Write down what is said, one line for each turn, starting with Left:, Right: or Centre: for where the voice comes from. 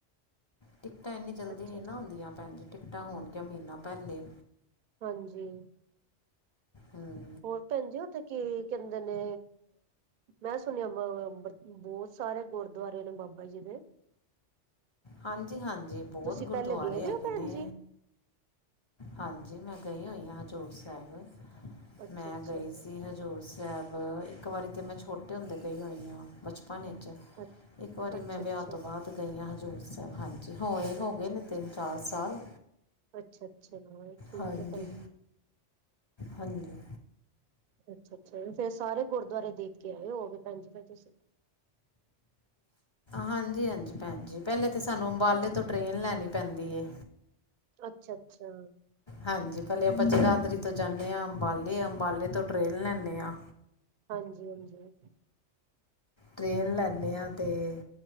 Left: ਟਿਕਟਾਂ ਇੰਨੀ ਜਲਦੀ
Right: ਅੱਛਾ
Left: ਨਹੀਂ ਨਾ ਹੁੰਦੀਆਂ ਭੈਣ ਜੀ ਟਿਕਟਾਂ ਹੋਣਗੀਆਂ ਮਹੀਨਾ ਪਹਿਲੇ।
Right: ਹਾਂਜੀ।
Left: ਹਮ।
Right: ਹੋਰ ਭੈਣ ਜੀ ਉੱਥੇ ਕੀ ਕਹਿੰਦੇ ਨੇ ਮੈਂ ਸੁਣਿਆ ਬਹੁਤ ਸਾਰੇ ਗੁਰਦੁਆਰੇ ਨੇ ਬਾਬਾ ਜੀ ਦੇ।
Left: ਹਾਂਜੀ -ਹਾਂਜੀ। ਬਹੁਤ
Right: ਤੁਸੀਂ
Left: ਗੁਰਦੁਆਰੇ
Right: ਪਹਿਲੇ ਗਏਦੇ
Left: ਹੈਗੇ
Right: ਹੋ ਭੈਣ
Left: ਨੇ
Right: ਜੀ।
Left: ਹਾਂਜੀ ਮੈਂ ਗਈ ਹੋਈ ਹਾਂ ਹਜ਼ੂਰ ਸਾਹਿਬ
Right: ਅੱਛਾ
Left: ਮੈਂ
Right: ਅੱਛਾ
Left: ਗਈ ਸੀ ਹ। ਹਜ਼ੂਰ ਸਾਹਿਬ ਇੱਕ ਵਾਰੀ ਤਾਂ ਮੈਂ ਛੋਟੇ ਹੁੰਦੇ ਗਈ ਹੋਈ ਹਾਂ ਬਚਪਨ ਵਿੱਚ।
Right: ਅ-
Left: ਇੱਕ ਵਾਰੀ
Right: ਅੱਛਾ
Left: ਮੈਂ ਵਿਆਹ
Right: ਅੱਛਾ ਅੱਛਾ
Left: ਤੋਂ ਬਾਅਦ ਗਈ ਹਾਂ ਹਜ਼ੂਰ ਸਾਹਿਬ ਹਾਂਜੀ ਹੋ ਇਹ ਹੋ
Right: ਅੱਛਾ
Left: ਗਏ ਨੇ ਤਿੰਨ। ਚਾਰ ਸਾਲ।
Right: ਅੱਛਾ ਅੱਛਾ ਮ ਠੀਕ
Left: ਹਾਂਜੀ
Right: ਹੈ ਭੈਣ ਜੀ।
Left: ਹਾਂਜੀ
Right: ਅੱਛਾ- ਅੱਛਾ ਫੇਰ ਸਾਰੇ ਗੁਰਦੁਆਰੇ ਦੇਖ ਕੇ ਆਏ ਹੋ ਗਏ ਭੈਣ ਜੀ ਫਿਰ ਤੁਸੀਂ
Left: ਹਾਂਜੀ- ਹਾਂਜੀ ਭੈਣ ਜੀ ਪਹਿਲੇ ਤਾਂ ਸਾਨੂੰ ਅੰਬਾਲੇ ਤੋਂ ਟ੍ਰੇਨ ਲੈਣੀ ਪੈਂਦੀ ਏ।
Right: ਅੱਛਾ- ਅੱਛਾ।
Left: ਹਾਂਜੀ ਪਹਿਲੇ ਆਪਾਂ ਜਗਾਧਰੀ ਤੋਂ ਜਾਂਦੇ ਹਾਂ ਅੰਬਾਲੇ ਅੰਬਾਲੇ ਤੋਂ ਟ੍ਰੇਨ ਲੈਂਦੇ ਹਾਂ।
Right: ਹਾਂਜੀ -ਹਾਂਜੀ।
Left: ਟ੍ਰੇਨ ਲੈਂਦੇ ਹਾਂ ਤੇ